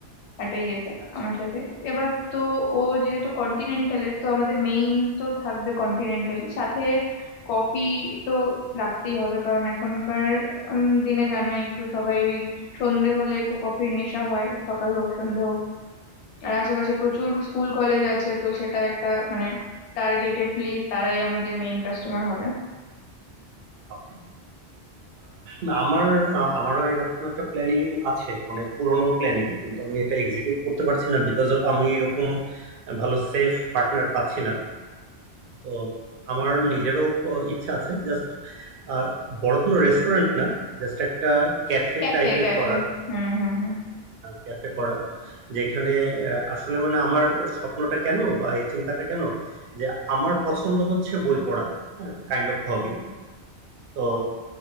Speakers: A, on the left; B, on the right.
A: একটা ইয়েতে
B: আচ্ছা
A: আমার সাথে এবার তো ও যেহেতু কন্টিনেন্টালের তো আমাদের মেইন তো থাকবে কন্টিনেন্টালি সাথে কফি তো রাখতেই হবে কারণ এখনকার উম, দিনে জানোই একটু সবাই ওই সন্ধে হলে একটু কফির নেশা হয় সকাল হোক সন্ধে হোক আর আশেপাশে প্রচুর স্কুল কলেজ আছে তো সেটা একটা মানে টার্গেটেডলি তারাই আমাদের মেইন কাস্টমার হবে
B: ওকে না আমার আহ, আমারও এরকম একটা প্ল্যানিং আছে অনেক পুরনো প্ল্যানিং কিন্তু আমি এটা এক্সিকিউট করতে পারছি না বিকজ অফ আমি এরকম ভালো সেফ পার্টনার পাচ্ছি না তো আমার নিজেরও প- ইচ্ছা আছে জাস্ট আর বড় কোনো রেস্টুরেন্ট না জাস্ট একটা ক্যাফে
A: ক্যাফে
B: টাইপের
A: ক্যাফে
B: করার
A: হুম হুম হুম
B: ক্যাফে করার যেখানে আহ, আসলে মানে আমার স্বপ্নটা কেন বা এই চিন্তাটা কেন যে আমার পছন্দ হচ্ছে বই পড়া কাইন্ড অফ হবি তো